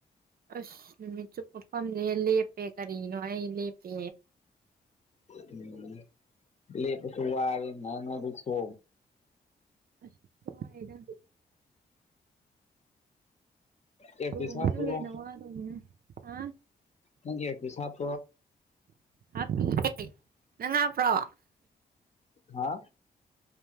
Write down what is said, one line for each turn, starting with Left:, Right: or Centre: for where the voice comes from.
Right: ꯑꯁ ꯅꯨꯃꯤꯠ ꯆꯨꯞꯄ ꯐꯝꯗꯦ ꯂꯦꯞꯄꯦ ꯀꯔꯤꯅꯣ ꯑꯩ ꯂꯦꯞꯄꯦ
Left: ꯎꯝ ꯂ ꯄꯁꯨ ꯋꯥꯔ ꯅꯅꯕꯨ ꯁ
Right: ꯑꯁ ꯍꯥꯏꯗ
Left: ꯑꯦꯌꯔꯄꯤꯁ
Right: ꯑꯣ ꯃꯗꯨꯦꯅ
Left: ꯍꯥꯞꯄ꯭ꯔꯣ
Right: ꯑꯔꯅ ꯑ
Left: ꯍꯪꯦꯦ ꯁꯥꯞ
Right: ꯍꯥꯄꯤꯦ ꯅꯪ ꯍꯥꯕ꯭ꯔꯣ
Left: ꯍꯥ